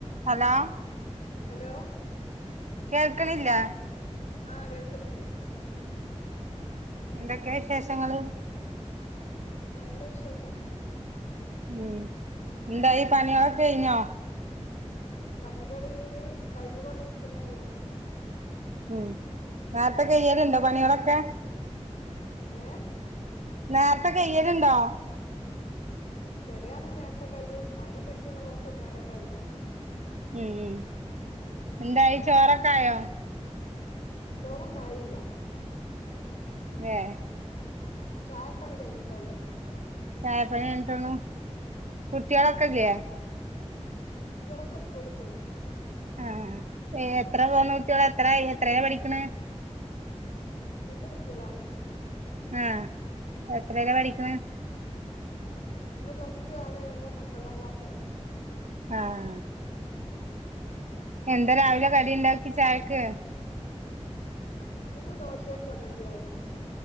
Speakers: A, on the right; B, on the left.
A: Hello.
B: Hello.
A: കേക്കണില്ല.
B: ആഹ് കേൾക്കണിണ്ട്.
A: എന്തൊക്കെ വിശേഷങ്ങള്
B: നല്ല വിശേഷം
A: ഉം എന്തായി പണ്യേളൊക്കെ കഴിഞ്ഞോ
B: പണികള് കഴിഞ്ഞുകൊണ്ട് നിക്കുന്നെ ഒള്ളൂ
A: ഉം നേരത്തെ കയ്യലുണ്ടോ പണികളൊക്കെ?
B: ഏഹ്?
A: നേരത്തെ കയ്യലുണ്ടോ?
B: ചെലയാന്ന് നേരത്തെ കഴിയൂ മടി പിടിക്കുന്ന ദിവസം നേരം വഴുകൂ.
A: ഉം ഉം എന്തായി ചോറൊക്കായോ
B: ചോറൊന്നായില്ല
A: ഏഹ്
B: ചായ പണി കഴിഞ്ഞിട്ടേ ഒള്ളു
A: ചായപ്പണി കഴിഞ്ഞ്ട്ടൊള്ളു. കുട്ട്യേളൊക്കെ ഇല്ലെ
B: കുട്ട്യേളൊക്കെ സ്കൂള് പോയി
A: ആഹ് എത്ര പോന്ന കുട്ട്യേള എത്ര ആയി എത്രേല പഠിക്കണ്
B: രണ്ട് കുട്ട്യേളാണ്
A: ആഹ് എത്രേല പഠിക്ക്ണ്
B: ഒന്ന് പ്ലസ് ടു ആണ്. ഒന്ന് ഒമ്പതാം ക്ലാസ് ആണ്
A: ആഹ് എന്താ രാവിലെ കടി ഇണ്ടാക്കി ചായക്ക്
B: ഇന്ന് ദോശയും ചമ്മന്തി ആയിരുന്നു